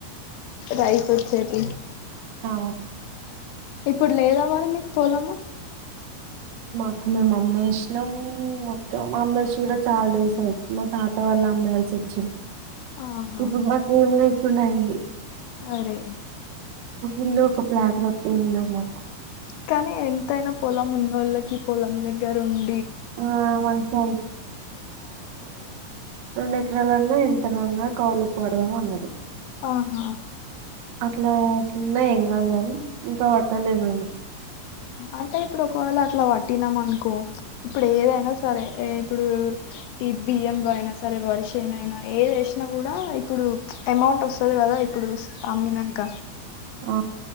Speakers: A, on the left; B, on the right.
A: రైస్ వచ్చేటియి
B: ఆ
A: ఇప్పుడు లేదామా మరి మీకు పొలము
B: మ మ్మేసినం మొత్తం మమ్మేసి కూడా చాలా డేస్ అయింది మా తాతా వళ్ళ అమ్మెయాల్సి వచ్చింది
A: ఆహా
B: ఇప్పుడు బాకీ ఎంలేదు ప్పున్నైంది
A: అరే
B: ఇల్లు ఒక ప్లాట్ తప్ప ఎం లేవ్ మాకు
A: కానీ ఎంతైనా పొలం ఉన్నోళ్ళకి పొలం దగ్గర ఉ
B: ఆ మంచిగా
A: <unintelligible>
B: రెండెకరాలన్నా ఎంత ఉన్నా కౌలుకి పడదాం అన్నాడు
A: ఆహా
B: అట్లా అసలున్నా ఏం కానీ ఇంకా పట్టలేమేము
A: అంటే ఇప్పుడు ఒకవేళ అట్లా పట్టినాం అనుకో ఇప్పుడు ఏదైనా సరే ఇప్పుడు ఈ బియ్యంబ అయినా సరే వర్షేన్ అయినా ఏది వేసినా కూడా ఇప్పుడు అమౌంట్ వస్తుంది కదా ఇప్పుడు అమ్మినంక
B: ఆ